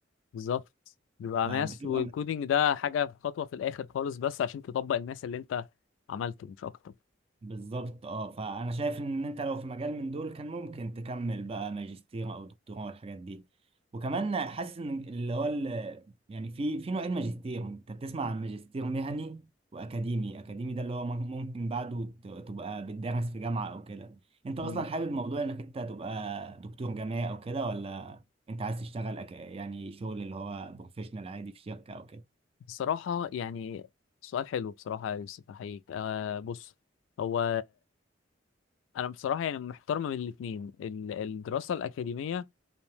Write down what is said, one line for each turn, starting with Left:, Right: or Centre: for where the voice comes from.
Left: بالظبط بيبقى
Right: فبتبقى
Left: ماس والكودينج ده حاجة في خطوة في الآخر خالص بس عشان تطبق الماس اللي أنت عملته مش أكتر
Right: بالظبط اه فانا شايف ان انت لو في مجال من دول كان ممكن تكمل بقى ماجستير او دكتوراه والحاجات دي وكمان حاسس ان اللي هو ال- يعني في في نوعين ماجستير انت بتسمع عن ماجستير مهني واكاديمي اكاديمي ده اللي هو مم- ممكن بعده ت- تبقى بتدرس في جامعة او كده انت
Left: مم.
Right: اصلا حابب موضوع انك انت تبقى دكتور جامعي او كده ولا انت عايز تشتغل أك... يعني شغل اللي هو بروفيشنال عادي في شركة او كده
Left: بصراحة يعني سؤال حلو بصراحة يا يوسف أحييك آه بص هو أنا بصراحة يعني محتار ما بين الاتنين ال- الدراسة الأكاديمية